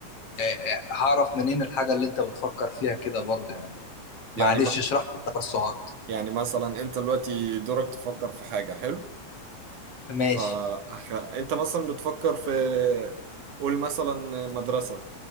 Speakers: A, on the left; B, on the right.
A: آه، آه، هعرف منين الحاجة اللي أنت بتفكر فيها كده برضه يعني
B: يعني
A: معلش
B: ما
A: اشرح لي التوسع أكتر
B: يعني مثلا انت دلوقتي دورك تفكر في حاجه حلو
A: ماشي
B: فانت مثلا بتفكر في قول مثلا مدرسه